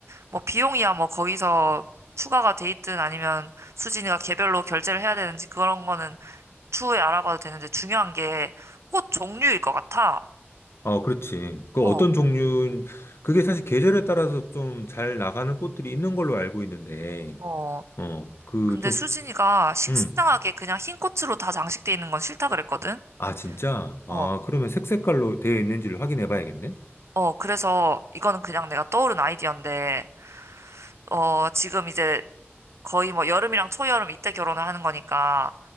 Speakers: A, on the right; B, on the left.
A: 뭐 비용이야 뭐 거기서 추가가 돼 있든 아니면 수진이가 개별로 결제를 해야 되는지 그런 거는 추후에 알아봐도 되는데 중요한 게 꽃 종류일 것 같아.
B: 어, 그렇지. 그 어떤
A: 어,
B: 종류, 그게 사실 계절에 따라서 좀 잘 나가는 꽃들이 있는 걸로 알고 있는데,
A: 어.
B: 어, 그
A: 근데
B: 좀,
A: 수진이가 식상하게
B: 음.
A: 그냥 흰 꽃으로 다 장식돼 있는 건 싫다 그랬거든?
B: 아, 진짜? 아,
A: 어,
B: 그러면 색 색깔로 되어 있는지를 확인해 봐야겠네?
A: 어. 그래서 이거는 그냥 내가 떠오른 아이디어인데, 어, 지금 이제 거의 뭐 여름이랑 초여름 이때 결혼을 하는 거니까